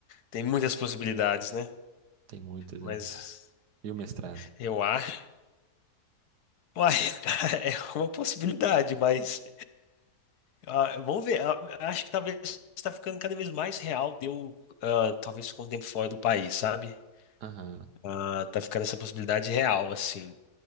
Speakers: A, on the left; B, on the right.
A: Tem muitas possibilidades, né?
B: Tem muitas,
A: Mas
B: né? E o mestrado?
A: eu acho. Uai, <laughs> é uma possibilidade, mas. ah, vamos ver. ah, Acho que talvez tá ficando cada vez mais real de eu, ah, talvez ficar um tempo fora do país, sabe?
B: Aham,
A: Ah, tá ficando essa possibilidade real, assim.